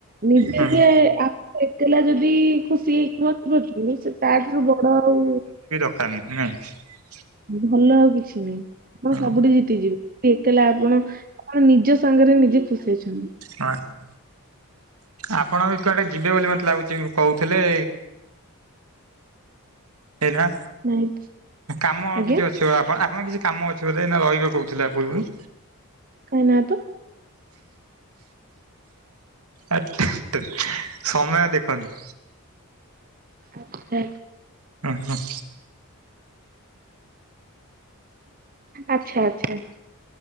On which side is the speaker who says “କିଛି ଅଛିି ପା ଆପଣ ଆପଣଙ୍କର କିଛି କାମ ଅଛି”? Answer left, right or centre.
Right